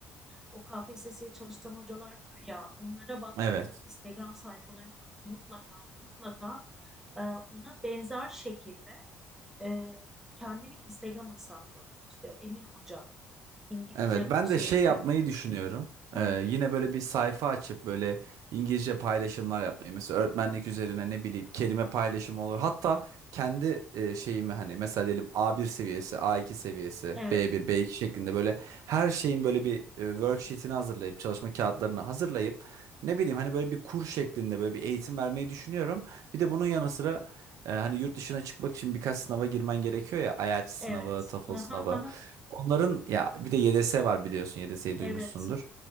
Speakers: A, in the centre; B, on the right.
A: O KPSS'ye çalışan hocalar var ya onlara bak
B: Evet.
A: onların Instagram sayfalarına bak mutlaka mutlaka e, ona benzer şekilde e, kendi bir Instagram hesabı İşte Emir Hoca İngilizce
B: Evet, ben
A: şeyde
B: de şey yapmayı düşünüyorum.
A: Hı,
B: Ee, yine böyle bir sayfa açıp böyle İngilizce paylaşımlar yapmayı. Mesela öğretmenlik üzerine ne bileyim kelime paylaşımı olur. Hatta kendi e, şeyimi hani mesela diyelim A1 seviyesi, A2 seviyesi,
A: evet
B: B1, B2 şeklinde böyle her şeyin böyle bir e, worksheet'ini hazırlayıp çalışma kağıtlarını hazırlayıp ne bileyim hani böyle bir kur şeklinde böyle bir eğitim vermeyi düşünüyorum. Bir de bunun yanı sıra e, hani yurt dışına çıkmak için birkaç sınava girmen gerekiyor ya. IELTS sınavı,
A: evet
B: TOEFL sınavı.
A: <laughs>
B: Onların ya bir de YDS var biliyorsun. YDS'yi
A: evet
B: duymuşsundur.